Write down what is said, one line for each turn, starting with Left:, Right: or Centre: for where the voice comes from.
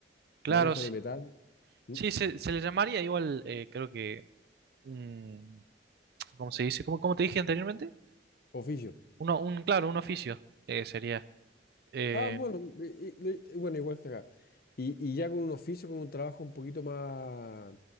Right: Claro,
Left: manejo
Right: sí,
Left: de metal, mm,
Right: sí, se, se le llamaría igual, eh, creo que un... ¿Cómo se dice? ¿Cómo, cómo te dije anteriormente?
Left: oficio.
Right: Uno, un, claro, un oficio eh, sería. eh,
Left: Ah, bueno, y- y- le- bueno, igual que acá. Y, y ya con un oficio, con un trabajo un poquito más,